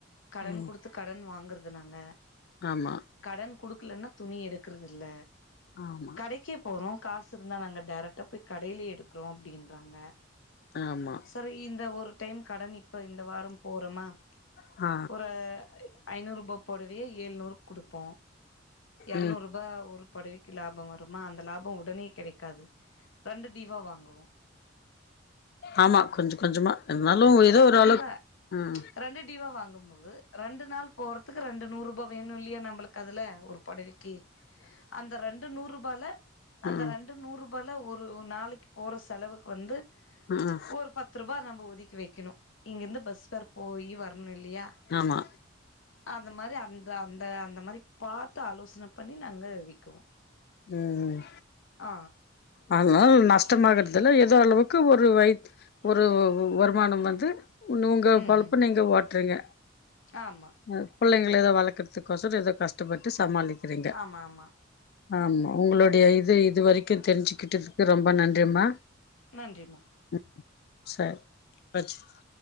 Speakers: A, on the left; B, on the left.
A: கடன்
B: ம்
A: குடுத்துப் கடன் வாங்குறது நாங்க
B: ஆமா
A: கடன் குடுக்கல்லனா துணி எடுக்குறது இல்ல
B: ஆமா
A: கடைக்கே போறோ காசு இருந்தா நாங்க டைரக்ட்டா போய் கடைலே எடுக்கிறோ அப்டின்றாங்க
B: ஆமா
A: சர் இந்த ஒரு டைம் கடன் இப்ப இந்த வாரோ போறோமா
B: ஆ
A: ஒரு ஐநூறு ரூபா பொடவையே ஏழுநூறுக்கு குடுப்போ எரநூறு
B: ம்
A: ரூபா ஒரு பொடவிக்கு லாபோ வருமா அந்த லாபோ உடனே கெடைக் க்காது ரெண்டு டீவா வாங்குவோ
B: ஆமா கொஞ்ச கொஞ்சமா இருந்தாலு ஏதோ
A: ரெண்டு
B: ஒரு அளவுக்கு
A: டிவா
B: உம்
A: ரெண்டு டிவா வாங்கும்போது ரெண்டு நாள் போறதுக்கு ரெண்டு நூறு ரூபா வேணு இல்லையா நம்ளுக்கு அதுல ஒரு பொடவிக்கு அந்த ரெண்டு நூறு ரூபால அந்த
B: ம்
A: ரெண்டு நூறு ரூபால ஒரு ஒர் நாளைக்கு போற செலவுக்கு வந்து
B: ஆஹ
A: ஒரு பத்து ரூபா நம்ப ஒதுக்கி வக்கணு இங்கிருந்து பஸ் ஃபேர் போயி வரணு இல்லையா
B: ஆமா
A: அந்த மாதிரி அந்த அந்த அந்த மாதிரி பாத்து ஆலோசனை பண்ணி நாங்க விக்குவோ
B: உ ம்
A: ஆ
B: அதுனால நஷ்டமாகறதுல்ல ஏதோ அளவுக்கு ஒரு வைத் ஒரு வ வ வருமான வந்து உ உங்க
A: ம்
B: பொழப்ப
A: ம்
B: நீங்க ஓட்டுரீங்க
A: ஆமா
B: அ பிள்ளங்கள ஏதோ வளக்குறதுக்கோசறோம் ஏதோ கஷ்டப்பட்டு சமாளிக்கிறீங்க
A: ஆமா ஆமா
B: ஆமா உங்களுடைய இது இது வரைக்கு தெரிஞ்சுகிட்டதுக்கு ரொம்ப நன்றிம்மா
A: நன்றிம்மா
B: ம் சரி வச்சிட்